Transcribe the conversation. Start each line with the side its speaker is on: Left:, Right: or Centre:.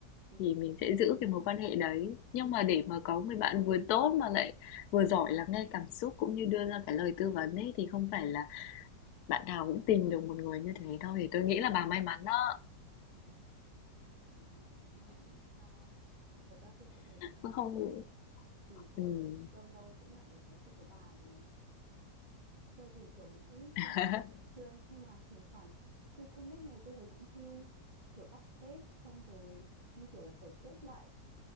Right: ừ.
Left: Thì mình sẽ giữ cái mối quan hệ đấy. Nhưng mà để mà có người bạn vừa tốt mà lại vừa giỏi lắng nghe cảm xúc cũng như đưa ra cái lời tư vấn ấy thì không phải là bạn nào cũng tìm được một người như thế đâu. Thì tôi nghĩ là bà may mắn đó.
Right: <laughs> Ôi, cảm ơn bà nhiều nho mà thật ra tôi cũng thấy may mắn
Left: Tôi Không
Right: vì kiểu
Left: ừm.
Right: lâu lâu cũng lại được nói chuyện với bà này cho dù kiểu mình cũng
Left: <laughs>
Right: không nói chuyện thường xuyên nhưng mà thỉnh thoảng reconnect này tôi thấy cũng vui kiểu update xong rồi như kiểu là tổng kết lại